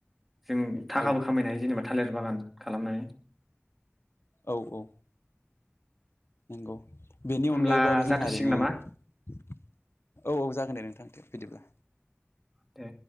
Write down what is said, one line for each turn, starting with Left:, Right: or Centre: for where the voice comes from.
Centre: जों थाखाबो
Left: औ
Centre: खामायनो हायो जेनेबा थालिर बागान खालामनानै
Left: औ औ नोंगौ बेनि
Centre: होमब्ला
Left: अनगायैबो आरो जोंहा
Centre: जाथ'सिगोन
Left: ओरैनो
Centre: नामा
Left: औ औ जागोन दे नोंथां। बिदिब्ला
Centre: दे।